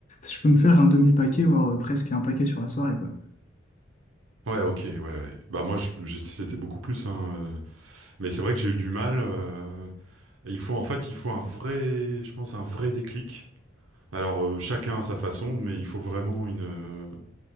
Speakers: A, on the left; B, on the right.
A: je peux me faire un demi-paquet, voire euh, presque un paquet sur la soirée, quoi.
B: <laughs> ouais ok ouais, ouais. bah moi je- je- c'était beaucoup plus hein euh, Mais c'est vrai que j'ai eu du mal. euh, il faut en fait, il faut un vrai, je pense, un vrai déclic. Alors euh, chacun à sa façon, mais il faut vraiment une euh,